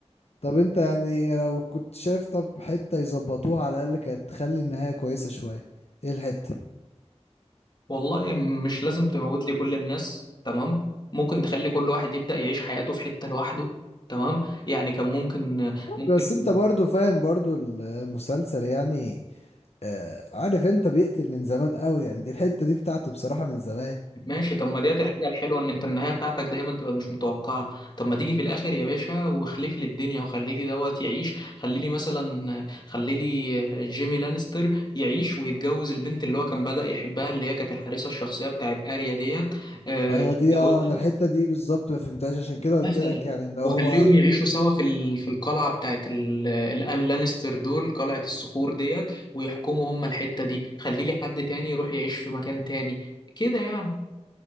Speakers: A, on the left; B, on the left.
A: طب انت يعني لو كنت شايف طب حتة يظبطوها على الأقل كانت تخلي النهاية كويسة شوية ايه الحتة
B: والله مش لازم تموت لي كل الناس تمام ممكن تخلي كل واحد يبدأ يعيش حياته في حتة لوحده تمام يعني كان ممكن ممكن
A: بس انت برضو فاهم برضو المسلسل يعني آه عارف انت بيقتل من زمان قوي يعني دي الحتة دي بتاعته بصراحة من زمان
B: ماشي طب ما ديت الحاجة الحلوة ان انت النهاية بتاعتك دايما تبقى مش متوقعة طب ما تيجي في الاخر يا باشا واخلف لي الدنيا وخلي لي دوت يعيش خلي لي مثلا خلي لي جيمي لانستر يعيش ويتجوز البنت اللي هو كان بدأ يحبها اللي هي كانت الحارسة الشخصية بتاعت اريا ديت آه،
A: انا دي
B: يتجوزها
A: اه انا الحتة دي بالظبط ما فهمتهاش عشان كده
B: مثلا
A: قلت لك يعني ان هو
B: وخليهم يعيشوا سوا في ال- في القلعة بتاعت ال- الآل لانستر دول قلعة الصخور ديت ويحكموا هم الحتة دي خلي لي حد تاني يروح يعيش في مكان تاني كده يعني